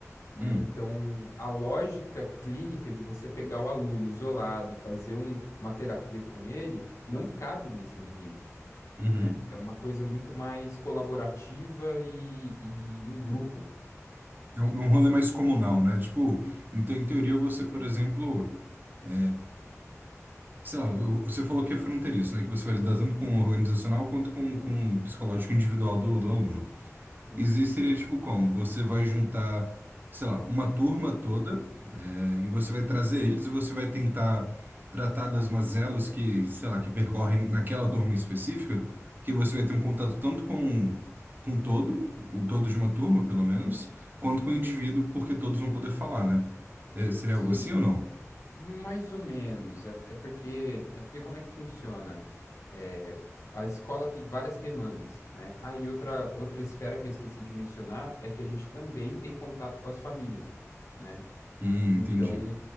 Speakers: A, on the left; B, on the right.
A: né?
B: uhum,
A: Então, a lógica clínica de você pegar o aluno isolado e fazer um- uma terapia com ele não cabe nesse ambiente,
B: uhum.
A: né? É uma coisa muito mais colaborativa e, e em grupo.
B: É um, é um rolê mais comunal, né? Tipo, então, em teoria, você, por exemplo, é, sei lá, você falou que é fronteiriço, né? Que você vai lidar tanto com o organizacional quanto com, com o psicológico individual do, do aluno.
A: Isso.
B: Existiria, tipo, como? Você vai juntar, sei lá, uma turma toda. É, E você vai trazer eles e você vai tentar tratar das mazelas que, sei lá, que percorrem naquela turma específica, que você vai ter um contato tanto com com todo, o todo de uma turma,
A: Uhum.
B: pelo menos, quanto com o indivíduo, porque todos vão poder falar, né? É, seria
A: Sim,
B: algo assim ou não?
A: mais ou menos. É, é porque é porque como é que funciona? É, a escola tem várias demandas, né? Ah, e outra outra esfera que eu esqueci de mencionar é que a gente também tem contato com as famílias. né?
B: Hum,
A: Então,
B: entendi.